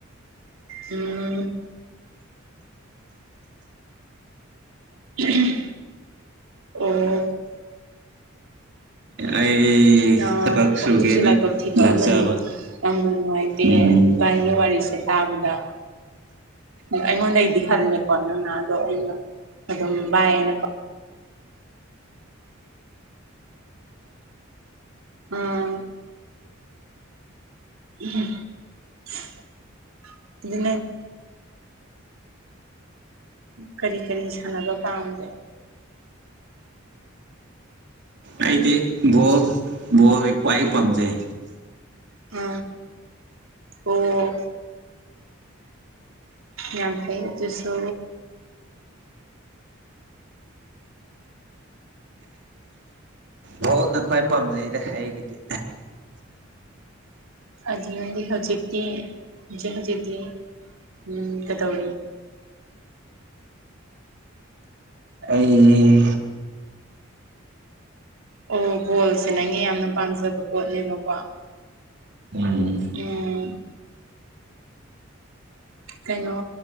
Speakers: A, on the right; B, on the right.
A: ꯎꯝ ꯑꯣ
B: ꯑꯩ
A: ꯑ-
B: ꯊꯕꯛ ꯁꯨꯒꯦꯅ
A: ꯑꯗꯨꯁꯨ ꯂꯥꯏꯕꯛ ꯊꯤꯕ
B: ꯂꯥꯛꯆꯕ
A: ꯑꯃꯅꯦ ꯌꯥꯝꯅ ꯅꯨꯡꯉꯥꯏꯇꯦ
B: ꯎꯝ
A: ꯚꯥꯏꯒꯤ ꯋꯥꯔꯤ ꯁꯦ ꯇꯥꯕꯗꯥ ꯑꯩꯉꯣꯟꯗꯩꯗꯤ ꯍꯜꯂꯦꯀꯣ ꯅꯪꯅ ꯑꯗꯣ ꯑꯩꯅ ꯑꯗꯨꯝ ꯚꯏ‌ ꯑꯅ ꯎꯝ ꯑꯗꯨ <unintelligible> ꯀꯔꯤ ꯀꯔꯤ ꯁꯥꯟꯅꯕ ꯄꯥꯝꯒꯦ
B: ꯑꯩꯗꯤ ꯕꯣꯜ ꯕꯣꯜ ꯈ꯭ꯋꯥꯏ ꯄꯥꯝꯖꯩ
A: ꯑ ꯑꯣ ꯌꯥꯝ ꯐꯩ‌ ꯑꯗꯨꯁꯨ
B: ꯚꯣꯜꯅ ꯈ꯭ꯋꯥꯏ ꯄꯥꯝꯖꯩꯗ ꯑꯩꯒꯤꯗꯤ
A: ꯑꯗꯨꯅꯗꯤ ꯍꯧꯖꯤꯛꯇꯤ ꯍꯧꯖꯤ ꯍꯧꯖꯤꯛꯇꯤ ꯎꯝ ꯀꯗꯧꯔꯤ
B: ꯑꯩ
A: ꯑꯣ ꯕꯣꯜꯁꯦ ꯅꯪꯒꯤ ꯌꯥꯝꯅ ꯄꯥꯝꯖꯕ ꯄꯣꯠꯅꯦꯕꯀꯣ
B: ꯎꯝ
A: ꯎꯝ ꯀꯩꯅꯣ